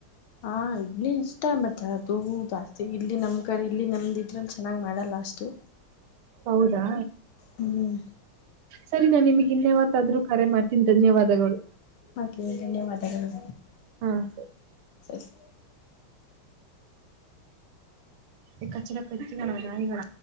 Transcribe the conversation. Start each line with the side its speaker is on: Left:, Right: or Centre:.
Left: ಹ ಇಲಿ ಇಷ್ಟ ಬರ್ತಾರೆ ಅದು ಜಾಸ್ತಿ ಇಲ್ಲಿ ನಮ್ ಕಡೆ ಇಲ್ಲಿ ನಮ್ದ ಇದ್ರಲ್ಲಿ ಚೆನ್ನಾಗ್ ಮಾಡಲ್ಲ ಅಷ್ಟು
Right: ಹೌದಾ
Left: ಹ್ಮ್
Right: ಸರಿ ನಾನ್ ನಿಮಗ್ ಇನ್ನೆವತ್ತ ಆದರು ಕರೆ ಮಾಡ್ತೀನಿ ಧನ್ಯವಾದಗಳು
Left: ಓಕೆ ಧನ್ಯವಾದಗಳು
Right: ಹಾ ಸರಿ
Left: ಸರಿ
Right: ಈ ಕಚ್ಚಡ ಕಟ್ಟಿ ನಾಯಿಗಳ